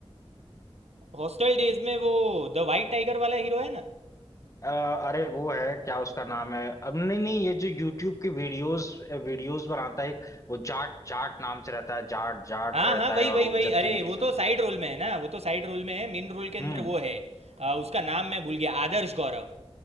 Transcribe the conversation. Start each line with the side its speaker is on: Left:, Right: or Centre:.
Right: हॉस्टल डेज में वो द वाइट टाइगर वाला हीरो है ना
Left: अ, अरे वो है क्या उसका नाम है अब नहीं नहीं ये जो यूट्यूब के वीडियोस वीडियोस बनाता है एक, वो जाट जाट नाम से रहता है जाट जाट
Right: हाँ
Left: रहता
Right: हाँ वही
Left: है
Right: वही
Left: और वो
Right: वही
Left: जतिन
Right: अरे
Left: किशोर
Right: वो तो साइड रोल में है ना वो तो साइड रोल में है मेन रोल के अंदर
Left: हम्म
Right: वो है आ, उसका नाम मैं भूल गया आदर्श गौरव